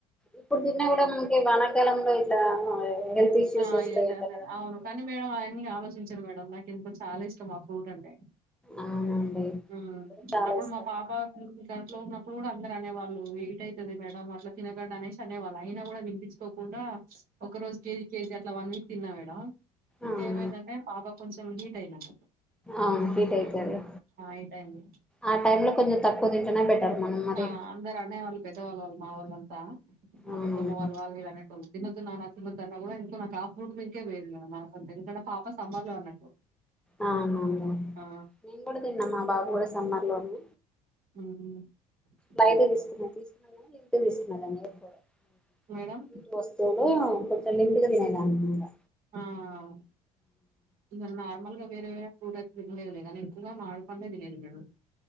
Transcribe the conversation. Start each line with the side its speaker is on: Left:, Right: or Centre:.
Centre: ఇప్పుడు తిన్న కూడా మనకి వానాకాలంలో ఇట్లా హెల్త్ ఇష్యూస్
Right: ఆ
Centre: వస్తాయంట
Right: ఏద అదే
Centre: కదా
Right: అవును
Centre: మనకు
Right: కానీ మేడం అవఅని కానోస్తా చూసాను మేడం నాకు ఎందుకో చాల ఇష్టం ఆ ఫ్రూట్ అంటే
Centre: అవునండి
Right: హ్మ్
Centre: చాలా
Right: అప్పుడు
Centre: ఇష్టం
Right: మా పాపా అట్ లో ఉన్నప్పుడు కూడా అందరు అనేవాళ్ళు ఏటతుంది మేడం అట్లా తినకడ అనేసి అనేవాళ్ళు అయినా కూడా వినిపించుకోకుండా ఒక రోజు కేజీ వన్ వీక్ తిన్నా మేడమ్ ఇంకేమైంది
Centre: అవును
Right: అంటే పాప కొంచమ్ హీట్ అయ్యినాము
Centre: అవును హీట్ అయితాది
Right: హీట్ అయింది
Centre: ఆ టైంలో కొంచెం తక్కువ తింటేనే బెటర్ మనం మరి
Right: ఆ అందరు అనేవాళ్ళు పెద్దవాళ్ళు వాళ్ మా ఊళ్ళంతా ఆ
Centre: అవునండి
Right: పెద్దమ్మవాళ్లు వాళ్ళు వీళ్ళు అనేటోళ్ళు తినొద్దు నాన్న తినొద్దన్నా వోయిండు ఇంగ నాకు ఆ ఫ్రూట్ మీదికే వోయింది మా సొంతిళ్లు ఎందుకంట పాప సమ్మర్ లో అన్నట్టు
Centre: ఆహ అవునులే
Right: ఆ
Centre: నేను కూడా తిన్నా మా బాబు కూడా సమ్మర్ లోనే
Right: మ్మ్
Centre: బయటే
Right: మేడం
Centre: తీసుకున్నా పీస్ <unintelligible> నీరు
Right: మేడం
Centre: పోస్తేనే <unintelligible> సైలెంట్ గా తినేదాన్నింగా
Right: ఆహ్ ఇంగ నార్మల్ గా వేరే వేరే ఫ్రూట్ ఐస్ క్రీమ్స్ తినలేదులే గాని ఎక్కువ మామిడి పండే తినేది మేడం